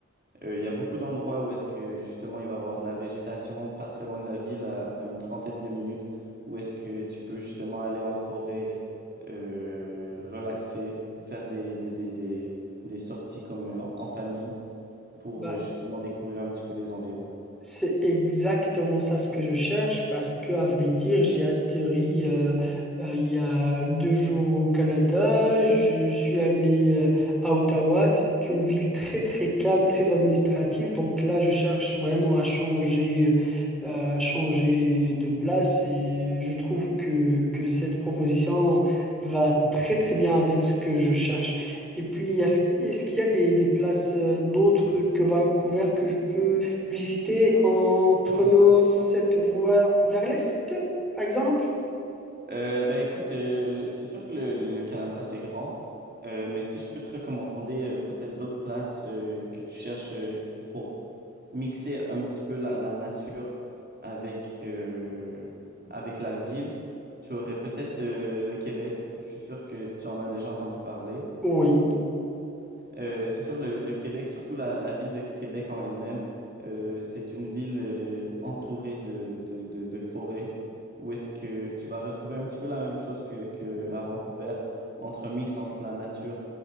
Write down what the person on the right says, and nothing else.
Euh, Il y a beaucoup d'endroits où est-ce que justement il va y avoir de la végétation pas très loin de la ville, à, à une trentaine de minutes, où est-ce que tu peux justement aller en forêt, euh, relaxer, faire des, des, des, des, des sorties comme euh, en famille pour
euh, justement découvrir un petit peu les environs.
Euh, ben écoute, euh, le- c'est sûr que le, le Canada c'est grand, euh, mais si je peux te recommander euh, peut-être d'autres places euh, que tu cherches euh, pour mixer un petit peu la, la nature avec, euh, avec la ville. Tu aurais peut-être euh, le Québec. Je suis sûr que tu en as déjà entendu parler.
Euh, c'est sûr, le, le Québec, surtout la, la ville de Québec en elle-même, euh, c'est une ville euh, entourée de, de, de- de forêts où est-ce que tu vas retrouver un petit peu la même chose que, que à Vancouver, entre un mix entre la nature